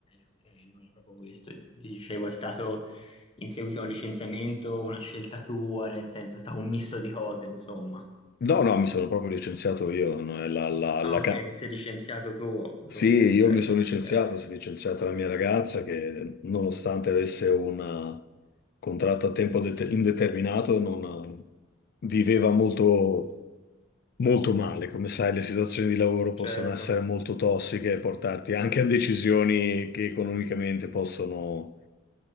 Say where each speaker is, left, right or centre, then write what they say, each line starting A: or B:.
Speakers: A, on the left (about 25°); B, on the left (about 50°).
A: ok, non è proprio questo. Dicevo, è stato in seguito a un licenziamento, una scelta tua, nel senso, è stato un misto di cose, insomma.
B: No, no, mi sono proprio licenziato io. non è la- la-
A: Ah,
B: la
A: ok,
B: ca-
A: ti sei licenziato tu.
B: Sì,
A: Tu,
B: io
A: ok,
B: mi sono licenziato,
A: ok,
B: si è licenziata la mia ragazza che nonostante avesse un contratto a tempo det- indeterminato non viveva molto, molto male. Come sai, le situazioni di lavoro possono
A: certo.
B: essere molto tossiche e portarti anche a decisioni che economicamente possono